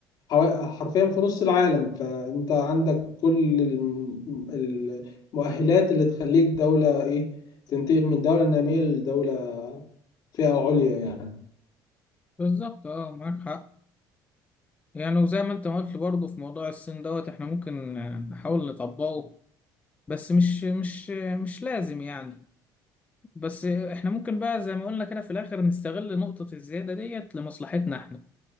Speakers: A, on the left; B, on the left.
A: حوا- حرفيا في نص العالم فانت عندك كل الم- المؤهلات اللي تخليك دولة ايه تنتقل من دولة نامية لدولة فئة عليا يعني
B: بالظبط اه معاك حق يعني وزي ما انت ما قلت برضه في موضوع الصين دوت احنا ممكن آه، نحاول نطبقه بس مش مش آه، مش لازم يعني بس آه، احنا ممكن بقى زي ما قلنا كده في الاخر نستغل نقطة الزيادة ديت لمصلحتنا احنا